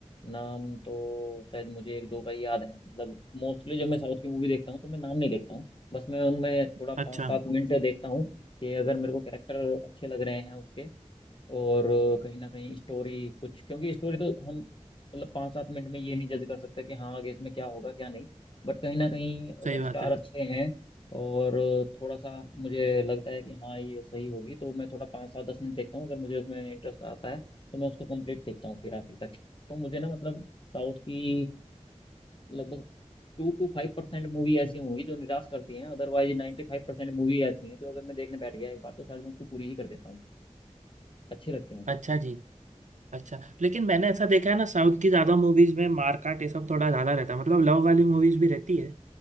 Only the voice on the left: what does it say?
नाम तो शायद मुझे एक दो का ही याद है मतलब मोस्टली जब मैं साउथ की मूवी देखता हूँ तो मैं नाम नहीं देखता हूँ बस मैं उनमें थोड़ा पाँच
सात मिनट देखता हूँ कि अगर मेरे को कैरेक्टर अच्छे लग रहे हैं उसके और कहीं ना कहीं स्टोरी कुछ क्योंकि स्टोरी तो हम मतलब पाँच सात मिनट में ये नहीं जज कर सकते कि हाँ आगे इसमें क्या होगा क्या नहीं बट कहीं ना कहीं अगर
स्टार
अच्छे हैं और थोड़ा सा मुझे लगता है कि हाँ ये सही होगी तो मैं थोड़ा पाँच सात दस मिनट देखता हूँ अगर मुझे उसमें इंटरेस्ट आता है तो मैं उसको कंप्लीट देखता हूँ फिर आखिर तक तो मुझे ना मतलब साउथ की लगभग two to five percent movie ऐसी होंगी जो निराश करती हैं otherwise ninety five percent movie ऐसी हैं जो अगर मैं देखने बैठ गया एक बार तो शायद मैं उसको पूरी ही कर देता हूँ अच्छी लगती है मतलब